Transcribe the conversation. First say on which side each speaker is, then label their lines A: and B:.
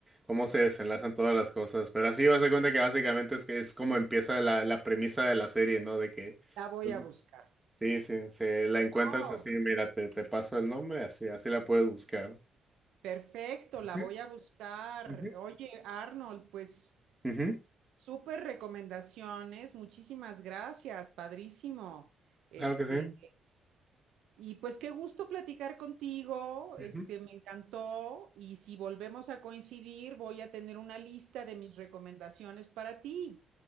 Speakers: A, in the centre; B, on the right (about 80°).
A: cómo se desenlazan todas las cosas. Pero así vas a dar cuenta que básicamente es, que es como empieza la, la premisa de la serie, ¿no? De que,
B: La voy
A: pues,
B: a buscar.
A: sí, sí, se la encuentras
B: No,
A: así, mira, te, te paso el nombre, así, así la puedes buscar.
B: perfecto,
A: Ujú,
B: la voy a buscar.
A: ujú.
B: Oye, Arnold, pues
A: Ujú,
B: Súper recomendaciones, muchísimas gracias, padrísimo. Este,
A: Claro que sí.
B: y pues qué gusto platicar contigo,
A: Ujú.
B: este, me encantó. Y si volvemos a coincidir, voy a tener una lista de mis recomendaciones para ti.